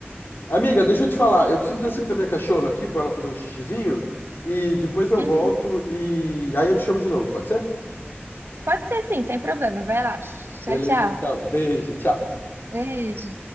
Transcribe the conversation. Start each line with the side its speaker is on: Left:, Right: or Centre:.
Left: Amiga, deixa eu te falar. Eu preciso descer
Right: É.
Left: com a minha cachorra aqui pra ela fazer um xixizinho e depois eu
Right: Uhum.
Left: volto e aí eu te chamo de novo, pode ser?
Right: Pode ser assim, sem problema. Vai lá. Tchau,
Left: Beleza,
Right: tchau.
Left: então. Beijo, tchau.
Right: Beijo.